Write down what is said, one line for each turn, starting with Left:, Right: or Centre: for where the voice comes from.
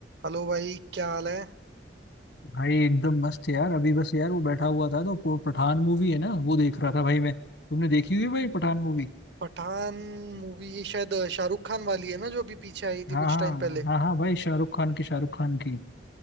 Right: Hello भाई क्या हाल है
Left: भाई एकदम मस्त है यार अभी बस यार वो बैठा हुआ था तो वो पठान मूवी है ना वो देख रहा था भाई मैं तुमने देखी हुई है भाई पठान मूवी
Right: पठान मूवी ये शायद शाहरुख खान वाली है ना जो अभी पीछे आई
Left: हाँ
Right: थी कुछ
Left: हाँ
Right: टाइम पहले
Left: हाँ हाँ भाई शाहरुख खान की शाहरुख खान की